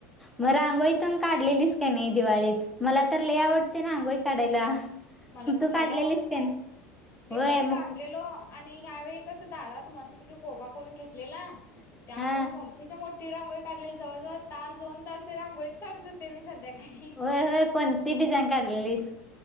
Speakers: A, in the centre; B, on the left.
A: मग रांगोळीत काढलेलीच... काय नाही दिवाळीत मला तर ले आवडते ना रांगोळी काढायला....
B: मला
A: तू
B: पण लय
A: काढलेलीस
B: आवडते
A: का नाही
B: मी
A: होय
B: पण काढलेलो...
A: मग
B: आणि ह्यावेळी कसं दारात मस्तपैकी कोबा करून घेतलेला त्यामुळे
A: हा
B: मोठीच मो... ती रांगोळी काढलेली जवळजवळ तास दोन तास ते रांगोळीच काढत होते.... ते मी संध्याकाळी...
A: होय होय कोणती डिझाईन काढलेलीस